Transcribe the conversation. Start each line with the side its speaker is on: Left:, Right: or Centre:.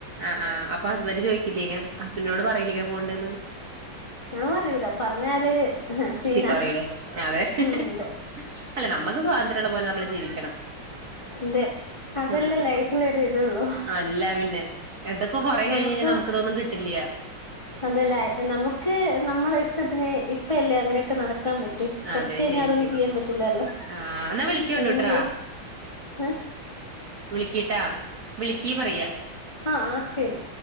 Right: ആഹ് ആഹ് അപ്പോ ഹസ്ബന്റ് ചോയ്ച്ചില്ലെനോ ഹസ്ബിനോട് പറയില്ലേ ഇങ്ങനെ പോക്ണ്ടന്ന്.
Left: ഞാൻ പറയൂല പറഞ്ഞാല് സീനാ
Right: ചീത്ത പറിലെ <unintelligible>
Left: ഉം അതെ
Right: അല്ല നമ്മുക്ക് സ്വാതന്ത്ര്യമുള്ള പോലെ നമ്മള് ജീവിക്കണം
Left: അതെ അതല്ലേ
Right: ഉം
Left: ലൈഫിലോരു ഇതള്ളൂ
Right: അല്ല പിന്നെ ഇതൊക്കെ കൊറെ
Left: നമുക്കും
Right: കഴിഞ്ഞഴിഞ്ഞാ നമുക്കിതൊന്നും കിട്ടില്ല്യ
Left: അതല്ലേ നമുക്ക് നമ്മളെ ഇഷ്ടത്തിന് ഇപ്പയല്ലേ അങ്ങനെയൊക്കെ നടക്കാൻ പറ്റു റ്റും കോറച്ചഴിഞ്ഞാ
Right: അതെ ശരിക്കും
Left: അതൊന്നും ചെയ്യാൻ പറ്റുല്ലാലോ
Right: ആ എന്നാ വിളിക്കോണ്ടൂട്രാ
Left: എഞ്ചോയ് <unintelligible>
Right: വിളിക്കിട്ടോ വിളിക്കീ പറയാ
Left: ആഹ് ആഹ് ശരി